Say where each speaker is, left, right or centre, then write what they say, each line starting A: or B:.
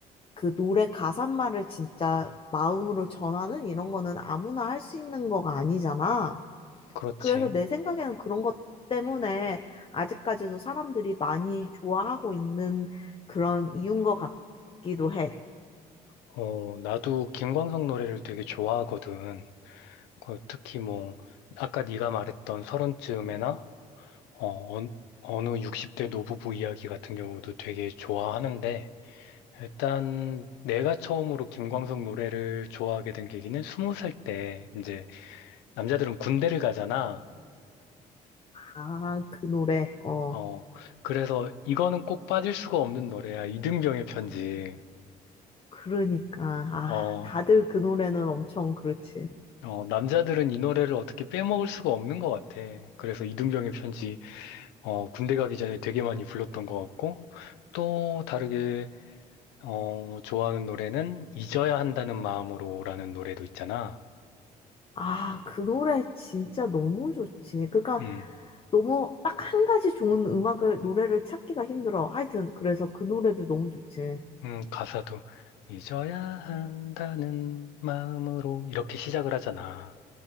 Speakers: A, on the left; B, on the left.
A: 그 노래 가사말을 진짜 마음으로 전하는 이런 거는 아무나 할 수 있는 거가 아니잖아.
B: 그렇지.
A: 그래서 내 생각에는 그런 것 때문에 아직까지도 사람들이 많이 좋아하고 있는 그런 이유인 것 같기도 해.
B: 어, 나도 김광석 노래를 되게 좋아하거든. 그 특히 뭐 아까 네가 말했던 서른쯤에나 어, 어- 어느 60대 노부부 이야기 같은 경우도 되게 좋아하는데 일단 내가 처음으로 김광석 노래를 좋아하게 된 계기는 스무 살 때 이제 남자들은 군대를 가잖아.
A: 아, 그 노래. 어,
B: 어 그래서 이거는 꼭 빠질 수가 없는 노래야. 이등병의 편지.
A: 그러니까. 아,
B: 어,
A: 다들 그 노래는 엄청 그렇지.
B: 어 남자들은 이 노래를 어떻게 빼먹을 수가 없는 것 같아. 그래서 이등병의 편지 어, 군대 가기 전에 되게 많이 불렀던 것 같고, 또 다르게, 어, 좋아하는 노래는 잊어야 한다는 마음으로라는 노래도 있잖아.
A: 아, 그 노래 진짜 너무 좋지. 그러니까
B: 음,
A: 너무 딱 한 가지 좋은 음악을, 노래를 찾기가 힘들어. 하여튼, 그래서 그 노래도 너무 좋지.
B: 음, 가사도 잊어야 한다는 마음으로 이렇게 시작을 하잖아.